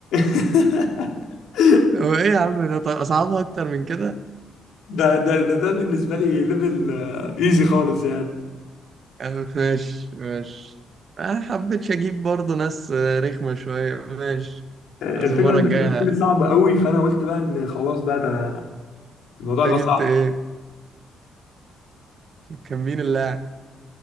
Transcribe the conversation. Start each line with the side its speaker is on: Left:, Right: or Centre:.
Left: <laughs>
Right: وايه يا عم ده طيب اصعبها اكتر من كده
Left: ده ده ده ده بالنسبة لي ليفل ايزي خالص يعني
Right: أه ماشي ماشي ما حبيتش اجيب برضو ناس آه، رخمة شوية ماشي
Left: الفكره
Right: بس المرة
Left: انت
Right: الجاية
Left: قلت لي
Right: انت
Left: صعب قوي فانا قلت بقى ان خلاص بقى ده انا الموضوع
Right: جبت
Left: بقى صعب
Right: ايه كان مين اللاعب